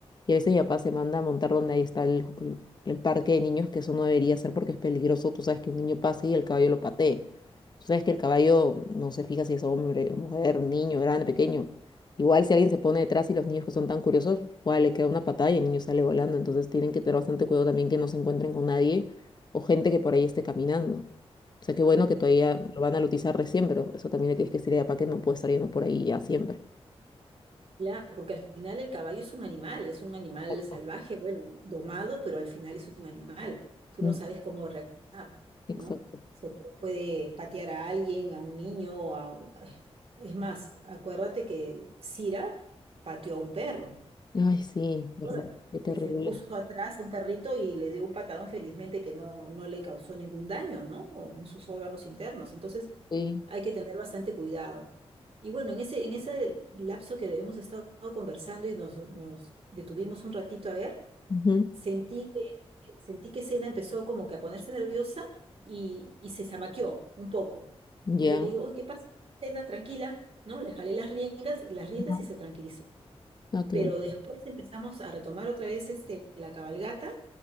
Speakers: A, on the left; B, on the right.
A: Y a veces mi papá se manda a montar donde ahí está el, el- el parque de niños, que eso no debería ser porque es peligroso. Tú sabes que un niño pase y el caballo lo patee. Tú sabes que el caballo no se fija si es hombre, o mujer, niño, grande, pequeño. Igual si alguien se pone detrás y los niños que son tan curiosos, igual le queda una patada y el niño sale volando. Entonces tienen que tener bastante cuidado también que no se encuentren con nadie o gente que por ahí esté caminando. O sea, qué bueno que todavía lo van a utilizar recién, pero eso también le tienes que decir a papá que no puede estar yendo por ahí ya siempre.
B: claro, porque al final el caballo es un animal, es un animal
A: Exacto.
B: salvaje, bueno, domado, pero al final es un animal. Tú
A: Mm,
B: no sabes cómo reaccionar,
A: exacto.
B: ¿no? Se pu- puede patear a alguien, a un niño, a... u- Es más, acuérdate que Cira pateó a un perro,
A: Ay, sí, verdad,
B: acuérdate,
A: qué terrible.
B: que se le puso atrás a un perrito y le dio un patadón, felizmente que no, no le causó ningún daño, ¿no? O En sus órganos internos. Entonces,
A: Sí.
B: hay que tener bastante cuidado. Y bueno, en ese, en ese lapso que hemos estado conversando y nos, nos detuvimos un ratito a ver,
A: ujú,
B: sentí que, sentí que Sena empezó como que a ponerse nerviosa y, y se zamaqueó un poco.
A: Ya.
B: Y yo le digo, uy, ¿qué pasa? Sena, tranquila, ¿no? Le jalé las riendas, las riendas
A: Ajá.
B: y se tranquilizó.
A: Ah, qué
B: Pero
A: bueno.
B: después empezamos a retomar otra vez este, la cabalgata